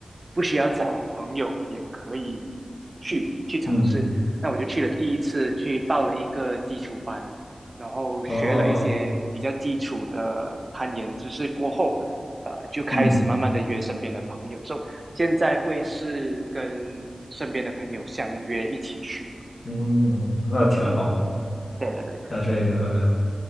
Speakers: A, on the right; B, on the left.
A: 不需要找朋友也可以去去尝试。
B: 嗯，
A: 那我就去了第一次，去报了一个基础班，然后学了一些比较基础的攀岩知识过后，
B: 哦，
A: 呃，就开始慢慢的约身边的朋友。
B: 嗯
A: 说。现在会是跟身边的朋友相约一起去啊。
B: 嗯，那挺好。
A: 嗯，对对对
B: 那这个